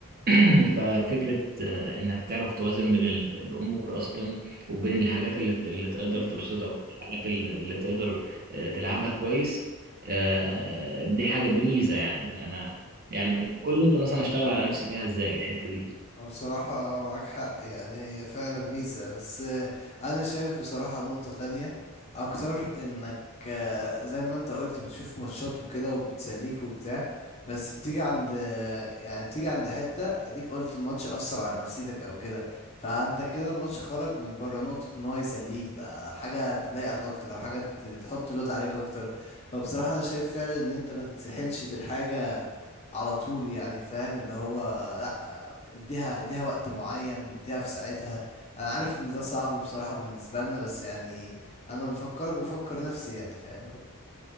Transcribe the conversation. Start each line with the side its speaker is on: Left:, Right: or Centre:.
Right: <clears throat> ففكرة آه، إنك تعرف توازن بين ال- الأمور أصلا وبين الحاجات اللي ت- اللي تقدر
Left: ايوه
Right: تبسطك الحاجات اللي اللي تقدر آه، تلعبها كويس آه، دي حاجة دي ميزة يعني أنا يعني قول لي أنت مثلا أشتغل على نفسي فيها إزاي الحتة دي
Left: أه بصراحة معاك حق يعني هي فعلا ميزة بس آه، أنا شايف بصراحة نقطة تانية أكتر إنك آه، زي ما أنت قلت بتشوف ماتشات وكده وبتسليك وبتاع بس بتيجي عند آه، يعني بتيجي عند حتة أديك قلت الماتش أثر على نفسيتك أو كده فأنت كده الماتش خرج من بره نقطة إن هو يسليك بقى حاجة تضايقك أكتر أو حاجة ت- تحط لود عليك أكتر فبصراحة أنا شايف فعلا إن أنت ما تتسحلش في الحاجة على طول يعني فاهم اللي هو لأ اديها اديها وقت معين اديها في ساعتها انا عارف ان ده صعب بصراحة بالنسبة لنا بس يعني انا بفكرك بفكر نفسي يعني فاهم